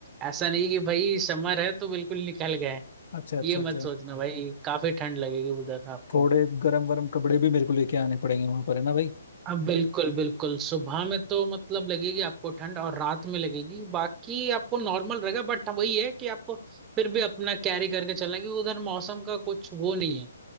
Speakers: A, on the right; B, on the left.
A: ऐसा नहीं कि भाई समर है तो बिल्कुल निकल गए
B: अच्छा अच्छा
A: ये
B: अच्छा
A: मत सोचना भाई काफी ठंड लगेगी उधर आपको
B: थोड़े गर्म वर्म कपड़े भी मेरे को लेके आने पड़ेंगे वहाँ पर है ना भाई
A: अब बिल्कुल बिल्कुल सुबह में तो मतलब लगेगी आपको ठंड और रात में लगेगी बाकी आपको नॉर्मल रहेगा बट वही है कि आपको फिर भी अपना कैरी करके चलना है, क्योंकि उधर मौसम का कुछ वो नहीं है